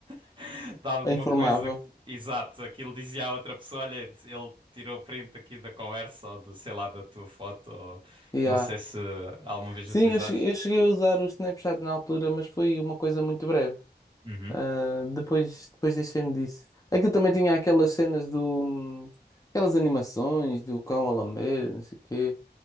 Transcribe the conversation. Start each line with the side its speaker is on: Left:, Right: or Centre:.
Right: <laughs> de alguma
Left: Eu Informava.
Right: coisa, que- exato, aquilo dizia à outra pessoa: olha, ele tirou print aqui da conversa ou do, sei lá, da tua foto. Ou...
Left: Yeah.
Right: Não sei se alguma vez
Left: Sim,
Right: utilizaste.
Left: eu cheguei, eu cheguei a usar o Snapchat na altura, mas foi uma coisa muito breve.
Right: Uhum,
Left: Ah, depois, depois deixei-me disso. Aquilo também tinha aquelas cenas do. hum, Aquelas animações do cão a lamber, não sei o quê.